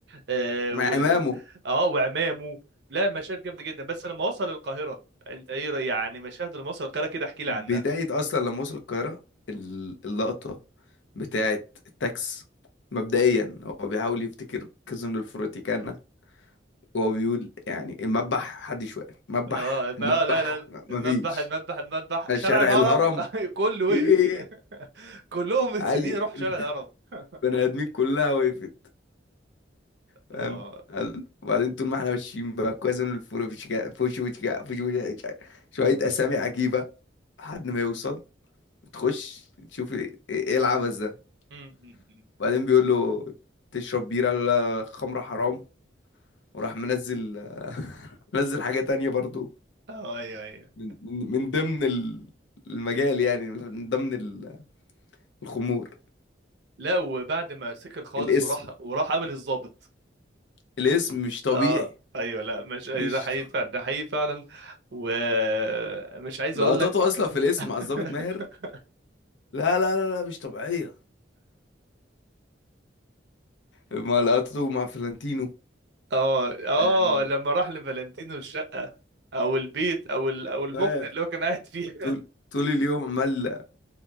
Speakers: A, on the right; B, on the left.
A: آه
B: مع
A: وال
B: إمامه
A: اه وعمامه لا مشاهد جامده جدا بس لما وصل القاهره انت ايه رأي- يعني مشاهد لما وصل القاهره كده احكي لي
B: بداية
A: عنها
B: أصلا لما وصل القاهرة ال- اللقطة بتاعة التاكس مبدئيا هو بيحاول يفتكر كازينو الفروتيكانا وهو بيقول يعني المذبح حدش واقف مذبح
A: اه ما
B: المذبح
A: آه، لا لا
B: مفيش
A: المذبح المذبح المذبح
B: الشارع
A: شارع الهرم
B: الهرم
A: <laughs> كله وقف
B: ايه
A: كلهم مستنيين
B: اي
A: يروحوا شارع
B: <laughs>
A: الهرم <laughs>
B: البني ادمين كلها وقفت فاهم
A: اه
B: قال- وبعدين طول ما احنا ماشيين بقى كازينو الفروتيكانا فوشوتيكا فوشوتيكا شوية اسامي عجيبة لحد ما يوصل تخش تشوف ايه إيه العبث ده
A: امم أمم، أمم.
B: وبعدين بيقول له تشرب بيرة قال له لا لا لا، خمرة حرام وراح منزل <laughs> منزل حاجة تانية برضو
A: اه ايوه ايوه
B: من من من ضمن ال- المجال يعني من ضمن ال- الخمور
A: لا وبعد ما سكر خالص
B: الاسم
A: وراح وراح قابل الضابط
B: الاسم مش طبيعي
A: اه ايوه لا مش أيوة
B: مش
A: ده حقيقي
B: ط-
A: فعلا ده حقيقي فعلا ومش عايز
B: لقطاته
A: اقول لك
B: اصلا في الاسم
A: <laughs>
B: مع الظابط ماهر لا لا لا لا مش طبيعية مع لقطاته مع فلانتينو
A: اه اه
B: آه
A: لما راح لفالنتينو الشقه او البيت او ال- او المكن
B: آه،
A: اللي هو كان قاعد فيه
B: طول طول اليوم عمال